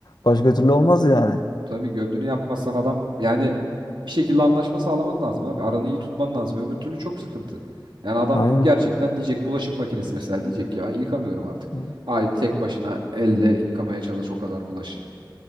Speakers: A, on the left; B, on the right.
A: Başka türlü olmaz yani.
B: Tabii gönlünü yapmazsan adam yani bir şekilde anlaşma sağlaman lazım abi. Aranı iyi tutman lazım. Öbür türlü çok sıkıntı. Yani adam
A: Aynen.
B: gerçekten diyecek bulaşık makinesi mesela diyecek ki ben yıkamıyorum artık.
A: Hı.
B: Haydi tek başına elle yıkamaya çalış o kadar bulaşığı.